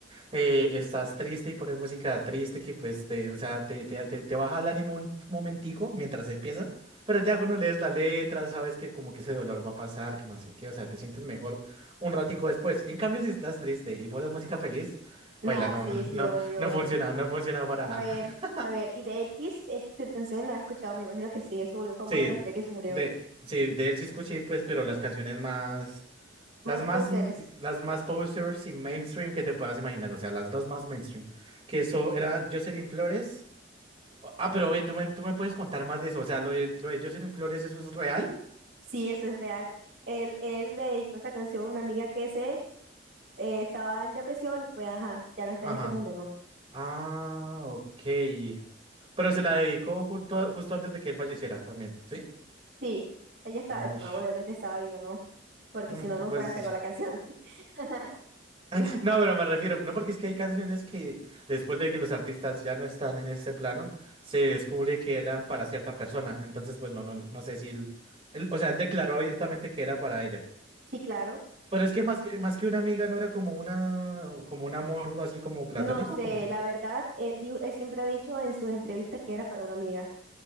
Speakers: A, on the right; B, on the right.
A: eh, estás triste y pones música triste que pues te, o sea, te, te, te, te baja el ánimo un momentico mientras empieza, pero ya cuando lees la letra sabes que como que ese dolor va a pasar, que no sé qué, o sea, te sientes mejor un ratico después. En cambio, si estás triste y pones música feliz,
B: nada,
A: baila, no,
B: sí,
A: no,
B: sí,
A: no,
B: obvio,
A: no
B: obvio.
A: funciona, no funciona para
B: A
A: nada.
B: ver,
A: <laughs>
B: a ver, y de X, X Tentación lo has escuchado, me imagino que sí, eso volvió famoso
A: Sí,
B: después que se murió.
A: de, sí, de él sí escuché, pues, pero las canciones más,
B: Más
A: las más,
B: Posers,
A: m- las más posters y mainstream que te puedas imaginar, o sea, las dos más mainstream, que eso era Jocelyn Flores Ah, pero ven, tú me, tú me puedes contar más de eso. O sea, lo de, lo de Jocelyn Flores, ¿eso es real?
B: sí, eso es real. Él, él le dedicó esa canción a una amiga que se eh, estaba en depresión y pues, ajá, ya no está
A: Ajá.
B: en este mundo, ¿no?
A: Ah, ok. Pero se la dedicó junto, justo antes de que él falleciera también, ¿sí?
B: Sí, ella está,
A: Ush.
B: ah, obviamente estaba viva, ¿no? porque
A: Mm,
B: si no,
A: Pues,
B: no fuera a sacar la canción. <laughs>
A: <laughs> no, pero me refiero, no porque es que hay canciones que después de que los artistas ya no están en este plano, se descubre que eran para cierta persona. Entonces, pues no, no, no sé si él, él- o sea, él declaró abiertamente que era para ella.
B: Sí, claro.
A: Pero es que más que, más que una amiga no era como una, como un amor así como platónico,
B: No sé,
A: como...
B: la verdad, él, dijo, él siempre ha dicho en sus entrevistas que era para una amiga.